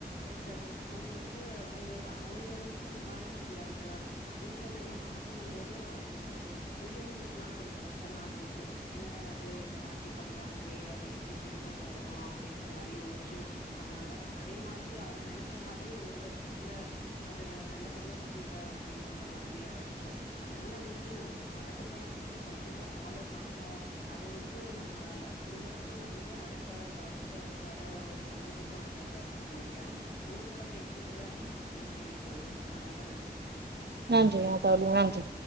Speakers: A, on the left; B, on the right.
A: பட் அது வந்துட்டு அவங்க அவங்க வந்துட்டு அந்த மாரி அந்த ம்ச் விதிகள் எல்லா மாத்தினம் போது அ அவங்களுக்கு பெரியவங்களுக்கெல்லா கொஞ்சு கஷ்டமா இருந்துச்சு என்னடா அது இந்த மாதிரி பண்றாங்களே அது எப்பிடி சரிப்பட்டு வருமா அப்படின்ற மாரி யோசிச்சு பண்ணாங்க அதே மாதிரி அவங்க நெனைச்சா மாதிரி ஒரு வருஷத்துல அது நல்லபடியா முடியல அப்படின்ற மாதிரி ஆயிடுச்சு அதனால வந்துட்டு நான் மரபுகள வந்துட்டு கண்டிப்பா ஃபாலோ பண்ணோ அது வந்துட்டு நம்ம குடும்பத்துக்கு நல்லது அடுத்த அடுத்த வர ஒரு சங்கதிக்கு நல்லது அப்படின்னு நெனைக்கிறே உங்க கூட பேசினதுல மிக்க மகிழ்ச்சி தோழி் ரொம்ப நன்றி
B: நன்றி தோளி நன்றி